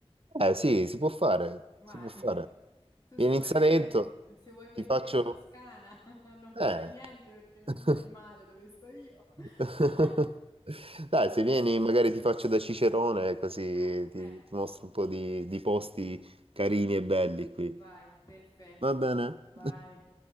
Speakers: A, on the right (about 65°); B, on the left (about 35°).
A: eh, sì, si può fare,
B: Vai.
A: si può fare.
B: Tu
A: Vieni
B: se vuoi,
A: in Salento,
B: ve- se vuoi venire
A: ti faccio...
B: in Toscana <laughs> a non fare
A: Eh.
B: niente perché non
A: <laughs>
B: c'è il mare dove sto io.
A: <laughs>
B: <laughs>
A: Dai, se vieni, magari ti faccio da Cicerone, così
B: Eh,
A: ti,
B: eh,
A: ti mostro un po' di, di posti carini e belli qui.
B: vai, perfetto.
A: Va bene?
B: Vai.